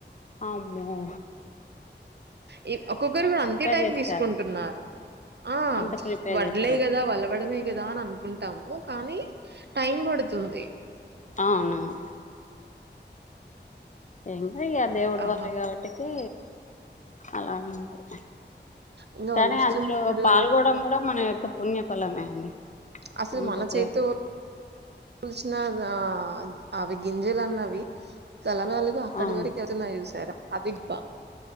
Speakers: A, on the left; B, on the right.
A: ఆమ్మో
B: ఈ ఒక్కొక్కరు కూడా అంతే టైం
A: చేస్తారు
B: తీసుకుంటున్నారు ఆ
A: అంత ప్రిపేర్
B: వడ్లే
A: చేస్తారు
B: కదా వలవడమే కదా అని అనుకుంటాము కానీ టైం పడుతుంది
A: అవునవును ఇంకా ఇ దేవుడు
B: ఆ
A: వారు కాబటికి అలా ఉంటయి
B: ఇంగ
A: కానీ
B: ఒలుస్తున్నప్పుడు
A: అందులో పాల్గొవడం కూడా మన యొక్క పుణ్యఫలమే అండి
B: అసలు
A: అంత
B: మనచయితేసిన
A: దేవుడు
B: ఆ అవి గింజలు అన్నవి తెలనాలుగా అక్కడి
A: అవును
B: వరకు వెళ్తున్నాయ్ చూసారా అది గొప్ప